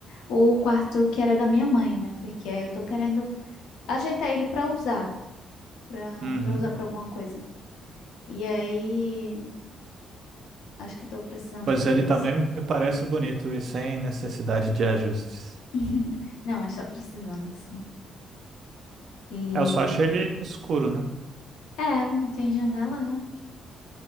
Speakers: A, on the left; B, on the right.
A: O quarto que era da minha mãe, né? Porque aí eu tô querendo ajeitar ele pra usar, pra
B: Uhum.
A: para usar pra alguma coisa. E aí, acho que tô precisando
B: Mas
A: fazer
B: ele
A: isso.
B: também me parece bonito e sem necessidade de ajustes.
A: <laughs> Não, mas tá precisando, assim. E
B: É, Eu só acho ele escuro, né?
A: é, não tem janela, né?